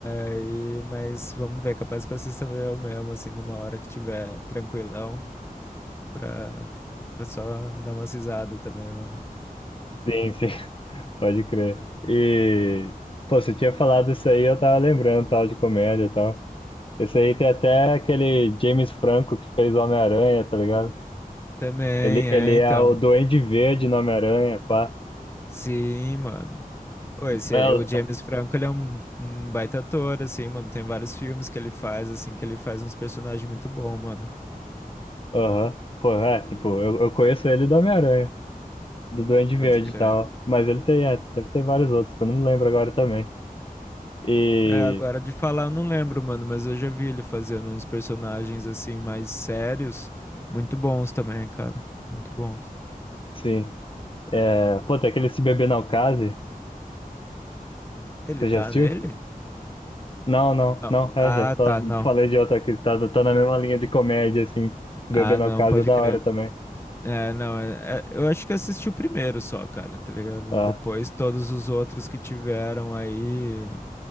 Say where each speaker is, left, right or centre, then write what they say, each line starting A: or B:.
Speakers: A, on the left; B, on the left.
A: Aí, mas vamos ver, capaz que eu assista eu mesmo, assim, numa hora que tiver tranquilão, pra, pra só dar umas risadas também, mano.
B: Sim, sim, pode crer. E, pô, você tinha falado isso aí, eu tava lembrando, tal, de comédia e tal. Esse aí tem até aquele James Franco que fez o Homem-Aranha, tá ligado?
A: Também,
B: Ele, ele
A: é, então.
B: é o Duende Verde no Homem-Aranha, pá.
A: Sim, mano. Ô, esse,
B: É,
A: é- o James Franco, ele é um, um baita ator, assim, mano. Tem vários filmes que ele faz, assim, que ele faz uns personagens muito bons, mano.
B: Aham. Pô, é, tipo, eu, eu conheço ele do Homem-Aranha, do Duende Verde
A: Pode crer.
B: e tal. Mas ele tem, é, deve ter vários outros, que eu não lembro agora também. E,
A: É, agora de falar eu não lembro, mano, mas eu já vi ele fazendo uns personagens, assim, mais sérios. Muito bons também, cara. Muito bons.
B: sim. É, pô, tem aquele Se Beber Não Case.
A: Ele
B: Você
A: tá
B: já assistiu?
A: nele?
B: Não, não,
A: Não.
B: não, é,
A: Ah,
B: já só
A: tá, não.
B: falei de outra que tá, tá na mesma linha de comédia, assim. Se beber
A: Ah,
B: no
A: não,
B: caso
A: pode
B: é da
A: crer.
B: hora também.
A: É, não, é- é- eu acho que assisti o primeiro só, cara, tá ligado?
B: Ah,
A: Depois todos os outros que tiveram aí.